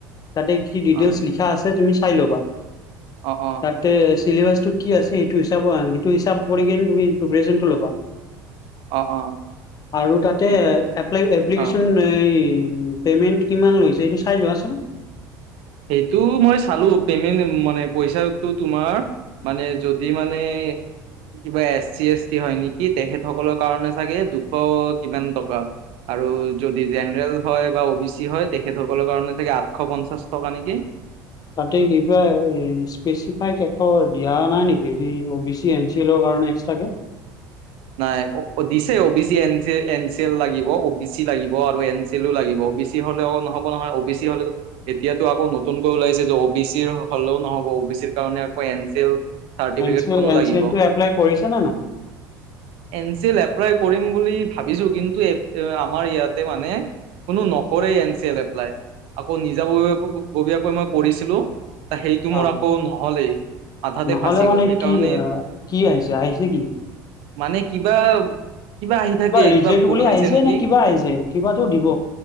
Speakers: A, on the left; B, on the right.
A: তাতে কি ডিটেইলছ্
B: অ
A: লিখা আছে তুমি চাই ল'বা
B: অ অ
A: তাতে ছিলেবাছটো কি আছে সেইটো হিচাবৰ সেইটো হিচাপ কৰি কিনে তুমি প্ৰিপেৰাছন টো‌ ল'বা।
B: অ', অ'।
A: আৰু তাতে
B: সেইবোৰ
A: এপ্লাই এপ্লিকেশ্যন
B: অ
A: ই পেমেন্ট কিমান লৈছে এইটো চাই লোৱাছোন?
B: সেইটো মই চালো পেমেণ্ট মানে পইচাটো তোমাৰ মানে যদি মানে। কিবা এছ চি এছ টি হয় নেকি তেখেত সকলৰ কাৰণে চাগে দুশ কিমান টকা। আৰু যদি জেনেৰেল হয় বা অ' বি চি হয় তেখেতসকলৰ কাৰণে চাগে আঠশ পঞ্চাশ টকা নেকি।
A: তাতে কিবা এ স্পেচিফাই একো দিয়া নাই নেকি সেই O B C N C এলৰ। এক্সট্ৰা কে।
B: <inaudible> নাই অ' দিছে O B C N C N C N লাগিব অ বি চি লাগিব আৰু এন চি এলো লাগিব। অ বি চি হলেও নহ'ব নহয় অ বি চি হলেতো এতিয়াতো আকৌ নতুনকৈ ওলাইছে যে অ বি চি হ'লেও নহ'ব। অ বি চিৰ কাৰণে আকৌ N C L চাৰ্টিফিকেটখনো
A: এন চি L এন
B: লাগিব।
A: C এল টো এপ্লাই কৰিছা নে নাই?
B: এন চি এল এপ্লাই কৰিম বুলি ভাবিছোঁ কিন্তু এ আমাৰ ইয়াতে মানে কোনো নকৰেই এন চি এল এপ্লাই আকৌ নিজাববী ববীয়াকৈ মই কৰিছিলো সেইটো
A: অ'
B: মোৰ আকৌ নহলেই। আধাতে
A: নহ'লে
B: ফাঁচি
A: মানে
B: গ'ল সেইকাৰণে
A: কি আহ কি আহিছে আহিছে কি?
B: মানে কিবা কিবা আহি থাকে
A: ৰিজেক্ট
B: কিবা ভুল
A: বুলি
B: হৈছে
A: আহিছে
B: নেকি।
A: নে কিবা আহিছে কিবাতো দিব।